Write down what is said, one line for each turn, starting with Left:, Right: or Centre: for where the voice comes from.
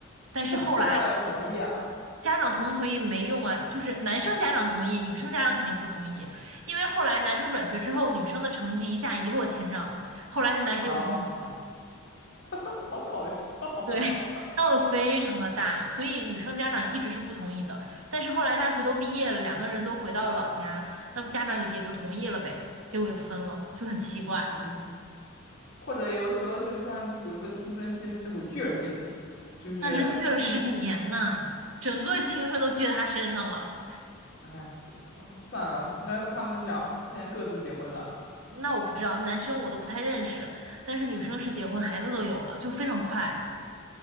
Right: 但是后来
Left: 他家长也同意啊？
Right: 家长同不同意没用啊，就是男生家长同意，女生家长肯定不同意，因为后来男生转学之后，女生的成绩一下一落千丈，后来那男生又转走了，
Left: 哦，<laughs> 好搞笑啊！
Right: 对，<laughs> 闹得非常的大，所以女生家长一直是不同意的，但是后来大学都毕业了，两个人都回到了老家，那么家长也也就同意了呗，结果又分了，就很奇怪，
Left: <laughs> 嗯，或者有时候就是他们比如说青春期那股劲儿劲，就是青春，
Right: 那是倔了十几年呐，整个青春都倔他身上了，
Left: 哎，啊算了，那他们俩现在各自结婚了。
Right: 那我不知道，男生我都不太认识，但是女生是结婚，孩子都有了，就非常快。